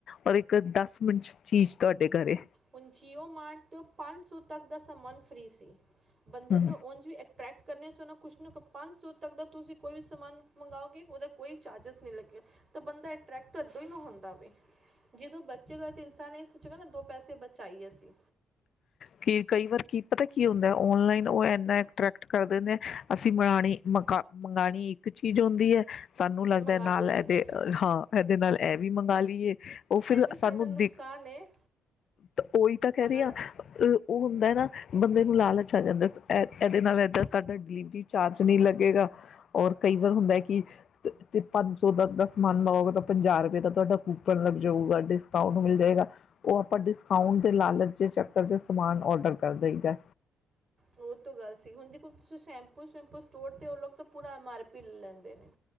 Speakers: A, on the left; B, on the right.
A: ਓਰ ਇੱਕ ਦਸ ਮਿੰਟ ਚ ਚੀਜ਼ ਤੁਹਾਡੇ ਘਰੇ
B: ਹੁਣ ਜੀਉ ਮਾਰਟ ਤੋ ਪੰਜ ਸੋ ਤਕ ਦਾ ਸਮ ਸਮਨ ਫ੍ਰੀ ਸੀ। ਬੰਦੇ
A: ਹੂੰ।
B: ਤੋਂ ਉਝ ਵੀ ਅਟਰ੍ਰੈਕਟ ਕਰਨੇ ਸ ਕੁਛ ਨ ਪੰਜ ਸੌ ਤੱਕ ਦਾ ਤੁਸੀਂ ਕੋਈ ਵੀ ਸਮਾਨ ਮੰਗਾਓਗੇ ਉਹਦਾ ਕੋਈ ਚਾਰਜਿਸ ਨਹੀਂ ਲੱਗਿਆ ਤਾਂ ਬੰਦਾ ਅਟਰੈਕਟ ਤਦੋਂ ਹੀ ਤਾ ਹੁੰਦਾ ਵੇ ਜਦੋਂ ਬਚੇਗਾ ਤਾਂ ਇਨਸਾਨ ਇਹ ਸੋਚੇਗਾ ਨਾ ਦੋ ਪੈਸੇ ਬਚਾਈਏ ਅਸੀਂ
A: ਕੀ ਕਈ ਵਾਰ ਕੀ ਪਤਾ ਕੀ ਹੁੰਦਾ ਓਨਲਾਈਨ ਉਹ ਇਨਾ ਅਟਰੈਕਟ ਕਰ ਦਿੰਦੇ ਅਸੀਂ ਮਨਾਣੀ ਮਕਾ ਮੰਗਾਣੀ ਇੱਕ ਚੀਜ਼ ਹੁੰਦੀ ਐ ਸਾਨੂੰ ਲੱਗਦਾ
B: ਮੰਗਾ
A: ਨਾਲ
B: ਦੋ ਲੈਨੇ
A: ਇਹਦੇ
B: ਆ
A: ਹਾਂ ਇਹਦੇ ਨਾਲ ਇਹ ਵੀ ਮੰਗਾ ਲਈਏ ਉਹ ਫਿਰ
B: ਇਹ ਵੀ ਸਾਡਾ
A: ਸਾਨੂੰ
B: ਨੁਕਸਾਨ
A: ਦਿਖ
B: ਹੈ
A: ਤ ਉਹੀ ਤਾਂ ਕਹਿ
B: ਮਗਰ
A: ਰਹੀ ਆ ਅ ਉਹ ਹੁੰਦਾ ਐ ਨਾ ਬੰਦੇ ਨੂੰ ਲਾਲਚ ਆ ਜਾਂਦਾ ਐ ਏਹ ਇਹਦੇ ਨਾਲ ਏਦਾ ਸਾਡਾ ਡਿਲੀਵਰੀ ਚਾਰਜ ਨਈ ਲੱਗੇਗਾ ਔਰ ਕਈ ਵਾਰ ਹੁੰਦਾ ਐ ਕਿ ਪੰਜ ਸੌ ਦ ਦੱਸ ਮੰਨ ਲਓ ਤਾਂ ਪੰਜਾਹ ਰੁਪਏ ਦਾ ਤੁਹਾਡਾ ਕੂਪਨ ਲੱਗ ਜਊਗਾ ਡਿਸਕਾਊਂਟ ਮਿਲ ਜਾਏਗਾ ਉਹ ਆਪਾਂ ਡਿਸਕਾਊਂਟ ਦੇ ਲਾਲਚ ਇਸ ਚੱਕਰ ਚ ਸਮਾਨ ਔਡਰ ਕਰ ਦੇਈਦਾ
B: ਉਹ ਤੋਂ ਗੱਲ ਸੀ ਹੁਣ ਦੇਖੋ ਤੁਸੀਂ ਸ਼ੈਂਪੂ ਸ਼ੂਪੁ ਸਟੋਰ ਤੇ ਉਹ ਲੋਕ ਤਾਂ ਪੂਰਾ ਐਮ ਆਰ ਪੀ ਲੈਂਦੇ ਨੇ